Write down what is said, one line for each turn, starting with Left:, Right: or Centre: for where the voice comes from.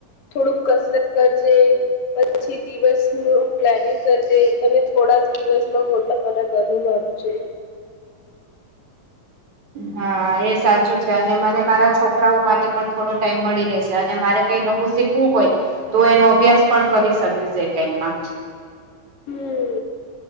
Left: થોડુંક કસરત કરજે પછી દિવસ ન પ્લાનિંગ કરજે તમે થોડા દિવસમાં મોટા વઘારા કરી આપ જે
Right: હા એ સાચું છે અને મને મારા છોકરાઓ માટે પણ થોડો ટાઈમ મળી રહેશે અને મારે કઈ નવું શીખવું હોય તો એનો અભ્યાસ પણ કરી શકીશ એ ટાઇમાં
Left: હમ